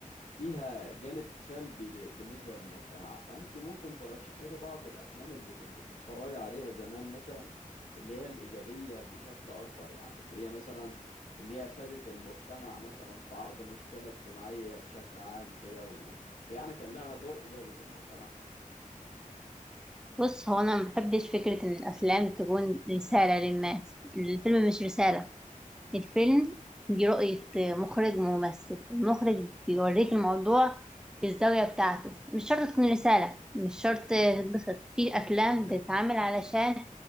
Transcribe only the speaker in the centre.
بص هو انا ما بحبش فكره ان الافلام تكون رساله للناس الفيلم مش رساله الفيلم دي رؤيه مخرج وممثل المخرج بيوريك الموضوع في الزاويه بتاعته مش شرط تكون رساله مش شرط تتبسط في افلام بتتعمل علشان